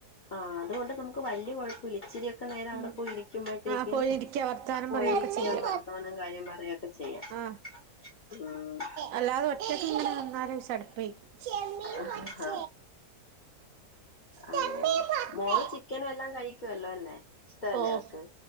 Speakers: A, on the left (about 45°); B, on the right (about 65°).
A: ആഹ് അതുകൊണ്ട് നമുക്ക് വല്യ യ കൊയപ്പല്ല ഇച്ചിരി ഒക്കെ നേരം അവിടെ
B: ഉം
A: പോയി ഇരിക്കുമ്പോഴത്തേക്കും
B: ആഹ് പോയിരിക്ക വർത്താനം
A: പോയിരിക്കാം
B: പറയൊക്കെ ചെയ്യ
A: വർത്തമാനം കാര്യം പറയൊക്കെ ചെയ്യാം
B: ആഹ്
A: ആ
B: അല്ലാതെ ഒറ്റയ്ക്ക് ഇങ്ങനെ നിന്നാല് ചടപ്പേ ചെമ്മീൻ
A: ആഹ്
B: പച്ച ചെമ്മീൻ
A: അങ്ങനെ
B: പൊത്ത്
A: മോള് ചിക്കനും എല്ലാം കഴിക്കുവല്ലോ അല്ലേ ഇഷ്ടല്ലേ
B: ഓഹ്
A: അവക്ക്